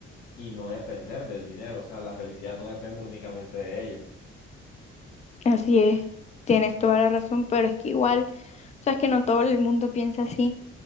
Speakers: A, on the left (about 80°); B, on the left (about 20°).
A: y no depender del dinero, o sea, la felicidad no depende únicamente de ello.
B: Así es, tienes toda la razón, pero es que igual, o sea, es que no todo el mundo piensa así.